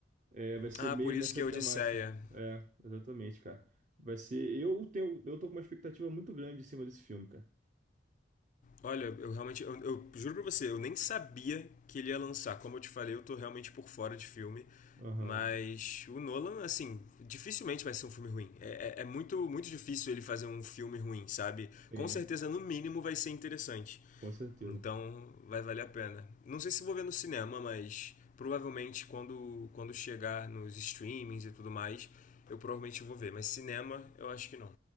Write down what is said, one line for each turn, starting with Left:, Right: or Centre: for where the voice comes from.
Right: É, vai ser
Left: Ah,
Right: meio
Left: por isso
Right: nessa
Left: que é
Right: temática.
Left: Odisseia.
Right: É, exatamente, cara. Vai ser, eu tenho, eu tô com uma expectativa muito grande em cima desse filme, cara.
Left: Olha, eu realmente, eu, eu juro pra você, eu nem sabia que ele ia lançar. Como eu te falei, eu tô realmente por fora de filme.
Right: Aham.
Left: Mas o Nolan, assim, dificilmente vai ser um filme ruim. É, é- é muito, muito difícil ele fazer um filme ruim, sabe?
Right: Sim,
Left: Com certeza, no mínimo, vai ser interessante.
Right: com certeza.
Left: Então, vai valer a pena. Não sei se vou ver no cinema, mas provavelmente quando, quando chegar nos streamings e tudo mais, eu provavelmente vou ver. Mas cinema, eu acho que não.